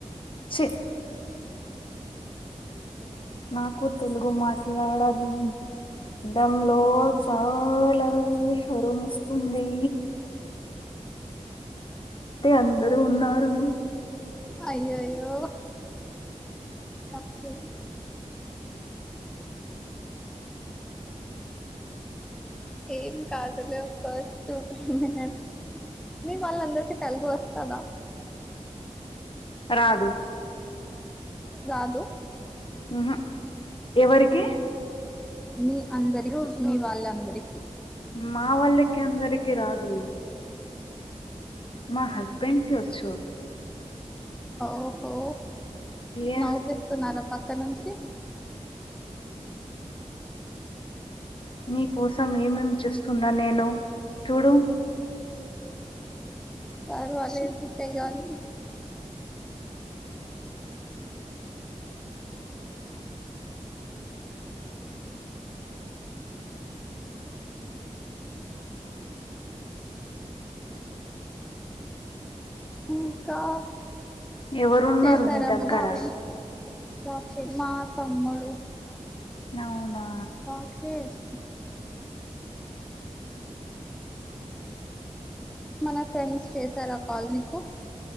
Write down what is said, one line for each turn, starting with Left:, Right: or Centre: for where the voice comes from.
Left: చి నాకు తెలుగు మాట్లాడ <unintelligible> డంలో చాలా షరమొస్తుంది. అందరూ ఉన్నారు
Centre: అయ్యయ్యో. కప్ కేక్ ఏం కాదులే ఒక టూ త్రీ మినిట్స్ మీ వాళ్ళందర్కి తెలుగు వస్తదా?
Left: రాదు.
Centre: రాదు.
Left: మ్ హ్ ఎవరికి?
Centre: మీ అందరి రోజు మీ వాళ్ళందరికీ
Left: మా వాళ్ళకి అందరికి రాదు. మా హస్బెండ్కి ఒచ్చు.
Centre: ఓహో
Left: ఏ
Centre: నవ్పిస్తున్నారా పక్క నుంచ్ చి
Left: మీ కోసం ఏమేం చుస్తున్న నేను చూడు
Centre: పరువలేదు చేయాలి. ఇంకా
Left: ఎవరున్నారు
Centre: చేసారా
Left: నీ దగ్గర
Centre: మన ఫ్రెండ్స్. మా తమ్ముడు
Left: నవ్నా
Centre: రాక్షేస్ మన ఫ్రెండ్స్ చేసారా కాల్ నీకు